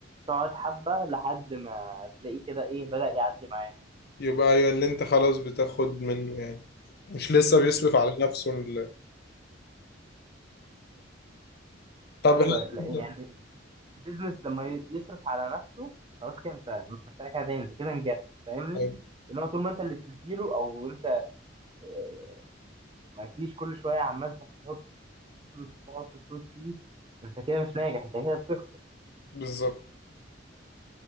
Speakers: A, on the right; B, on the left.
A: تقعد حبة لحد ما تلاقيه كده ايه بدأ يعدي معاك
B: يبقى ايوه اللي انت خلاص بتاخد منه يعني مش لسه بيصرف
A: بالظبط
B: على نفسه ال... طب
A: ايوه
B: هل
A: لا،
B: انت
A: يعني البيزنس لما ي- يصرف على نفسه خلاص كده انت مش محتاج حاجه تاني انت كده نجحت فاهمني
B: <laughs> أيوة،
A: انما طول ما انت اللي بتديله او انت آه، ما فيش كل شويه عمال تحط فلوس تحط فلوس فيه انت كده مش ناجح انت كده بتخسر
B: بالظبط